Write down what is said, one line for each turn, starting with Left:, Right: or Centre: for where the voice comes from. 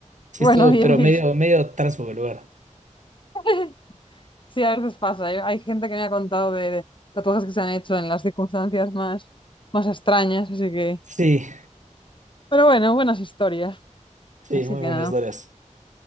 Right: Sí
Left: Bueno,
Right: estuvo,
Left: bien,
Right: pero
Left: bien.
Right: medio, medio transfugo el lugar.
Left: <laughs> Sí, a veces pasa. Hay, hay gente que me ha contado de, de tatuajes que se han hecho en las circunstancias más, más extrañas, así que...
Right: Sí,
Left: Pero bueno, buenas historias.
Right: sí,
Left: Así
Right: muy
Left: que
Right: buenas
Left: nada.
Right: historias.